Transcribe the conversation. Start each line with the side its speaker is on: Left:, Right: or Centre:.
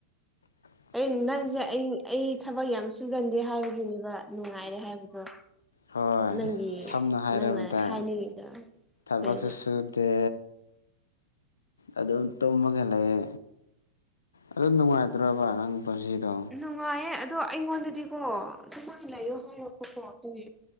Left: <inaudible>
Centre: ꯑꯩ ꯅꯪꯁꯦ ꯑꯩ ꯑꯩ ꯊꯕꯛ ꯌꯥꯝ ꯁꯨꯒꯟꯗꯦ ꯍꯥꯏꯕꯒꯤꯅꯦꯕ ꯅꯨꯡꯉꯥꯏꯔꯦ ꯍꯥꯏꯕꯗꯣ
Left: ꯍꯣꯏ
Centre: ꯅꯪꯒꯤ
Left: ꯁꯝꯅ ꯍꯥꯏꯔꯕꯗ
Centre: ꯅꯪꯅ ꯍꯥꯏꯅꯤꯡꯉꯤꯗꯣ
Left: ꯊꯕꯛꯁꯨ
Centre: ꯀꯩꯅꯣ
Left: ꯁꯨꯗꯦ ꯑꯗꯨꯝ ꯇꯨꯝꯃꯒ ꯂꯩ ꯑꯗꯨ ꯅꯨꯡꯉꯥꯏꯇ꯭ꯔꯕ ꯅꯪ ꯄꯨꯟꯁꯤꯗꯣ
Centre: ꯅꯨꯡꯉꯥꯏꯌꯦ ꯑꯗꯣ ꯑꯩꯉꯣꯟꯗꯗꯤꯀꯣ ꯑꯗꯨꯥꯏꯅ ꯂꯩꯌꯣ ꯍꯥꯏꯔꯛꯄꯀꯣ ꯑꯗꯨ